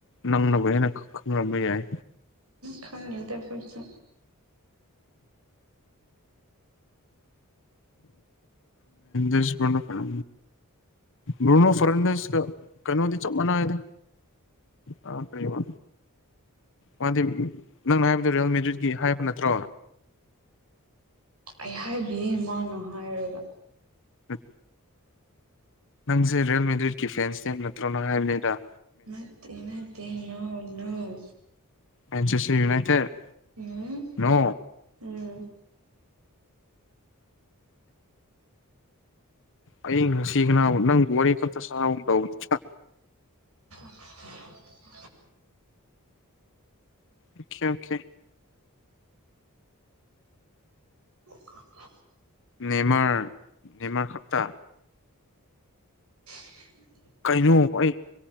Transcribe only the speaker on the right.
ꯈꯪꯅꯤꯗ ꯐꯁꯨ
ꯑꯩ ꯍꯥꯏꯕꯤꯌꯦ ꯏꯃꯅꯣ ꯍꯥꯏꯔꯒ
ꯃꯦ ꯃꯠꯇꯦ ꯅꯧꯅꯧ
ꯎꯝ
ꯎꯝ
<unintelligible>
<unintelligible>
<unintelligible>